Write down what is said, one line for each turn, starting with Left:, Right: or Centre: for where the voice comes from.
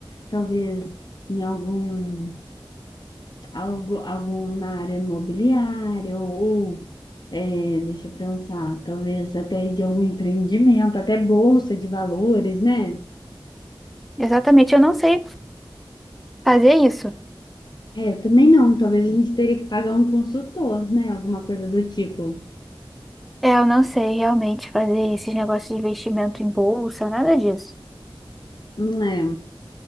Left: talvez em algum, algo, algum na área imobiliária ou, ou, é, deixa eu pensar, talvez até de algum empreendimento, até bolsa de valores, né?
Centre: Exatamente, eu não sei fazer isso.
Left: É, eu também não, talvez a gente teria que pagar um consultor, né? Alguma coisa do tipo.
Centre: É, eu não sei realmente fazer esses negócios de investimento em bolsa, nada disso.
Left: Não É.